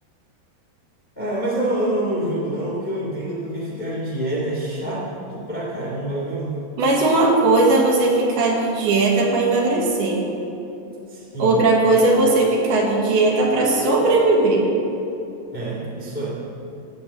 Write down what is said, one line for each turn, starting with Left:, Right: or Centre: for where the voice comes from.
Left: é, mas eu, eu não, não julgo não, porque eu entendo porque ficar de dieta é chato pra caramba, viu?
Right: Mas uma coisa é você ficar de dieta para emagrecer,
Left: Sim,
Right: outra coisa é você ficar de dieta para sobreviver.
Left: é, isso é,